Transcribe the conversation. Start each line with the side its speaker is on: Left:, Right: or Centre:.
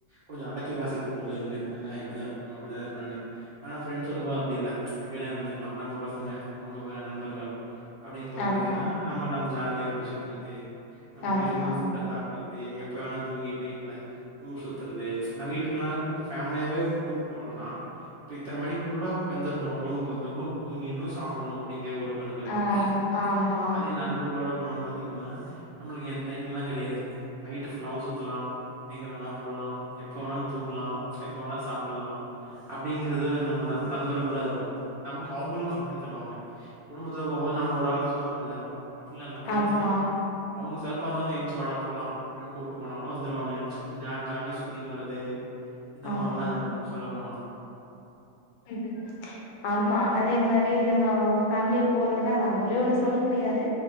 Right: கொஞ்சோ அடக்கி வாசிப்போ உள்ள இவங்க இருக்காங்க இப்படிதா இருக்கனு அப்படிதா இருக்கனு நெனை அனா ஃப்ரெண்ஸ் இருக்கு போது அப்டி இல்ல எப்டி வேணா இருந்துக்லா நம்ப பசங்க நம்ம நண்பர்கள் அப்படிங்கும்போது
Left: ஆமா
Right: பாத்தீன்னா நம்ம நாம் ஜாலியா அப்படி சுத்திகிட்டு நம்ம
Left: ஆமா
Right: விரும்பும் புட் சாப்பிட்டுக்கிட் டேய் எப்ப வேண்ணாலு தூங்கிட்டு நைட்ல ஊர் சுத்தறது நா வீட்டுக்கெல்லா இப்ப ஃபேமிலியாவே ஒரு டூர் போறம்னா இப்ப இத்தன மணிக்கு குள்ள வந்துர்ணு ரூமமுக்கு வந்துர்னு தூங்கீர்ணு சாப்ட்ருணு அப்படிங்கிற ஒரு கணக்கு இருக்கு
Left: ஆ ஆமா
Right: அதே நண்பர்களோட போனோ பாத்திங்கலா நம்மளுக்கு என் டைமிங்லா கெடையாது நைட்டு ஃபுல்லாவு சுத் தலா எங்க வேணா போலா எப்ப வேணாலு தூங்கலா எப்ப வேணா சாப்படலா அப்டிங்கறது நம்ம நம் நண்பருளுகுள்ள இருக்கு நமக்கு அவங்களுக்கு பண்ணிதருவாங்க குடும்பத்தோடு போம்போது நாம ஒரு ஆள் தா சுத்த வேண்டியதா இருக்கு அப்படிலல பிரின்ட்ஸ்
Left: ஆமா
Right: லா அவுனு சலுப்பாந்தாலு என்ச்சு வடா போலா அப்டின்னு கூட்டு போனா கூட வந்துருவானுங்க கொஞ்ச நேர ஜாலியா சுத் தீட்டு வரது இந்த
Left: ஆமா
Right: மார்லா நடக்கு சொல்ல போனா
Left: <inaudible> ஆம்மா அதே மாரி நம்ம ஃபேமிலிய போறோன்னா அத அவங்களே ஒண்ணு சொல்ல முடியாது